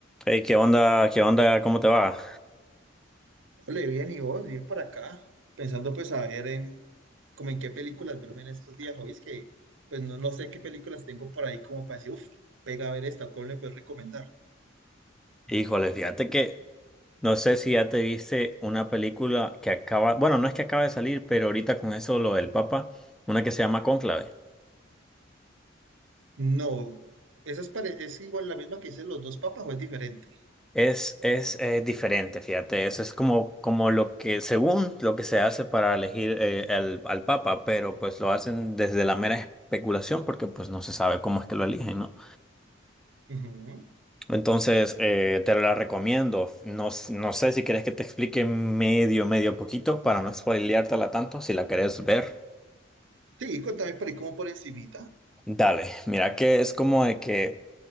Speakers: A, in the centre; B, on the right.
A: Hey, ¿qué onda? ¿Qué onda? ¿Cómo te va?
B: Ole, bien, y vos, bien por acá, pensando pues a ver en, como en qué películas verme en estos días, hoy es que pues no, no sé qué películas tengo por ahí como para decir, uff, pega a ver esta, ¿cómo le puedes recomendar?
A: Híjole, fíjate que no sé si ya te viste una película que acaba, bueno, no es que acaba de salir, pero ahorita con eso lo del Papa, una que se llama Cónclave.
B: No, esa es, pare- es igual la misma que hice Los Dos Papas o es diferente.
A: Es, es, eh, diferente, fíjate, eso es como, como lo que, según lo que se hace para elegir eh, al al Papa, pero pues lo hacen desde la mera especulación porque pues no se sabe cómo es que lo eligen, ¿no?
B: Ujú.
A: Entonces, eh, te la recomiendo. No, s- no sé si quieres que te explique medio, medio poquito para no spoileártela tanto. Si la querés ver,
B: Sí, contame por ahí como por encimita.
A: dale. Mira que es como de que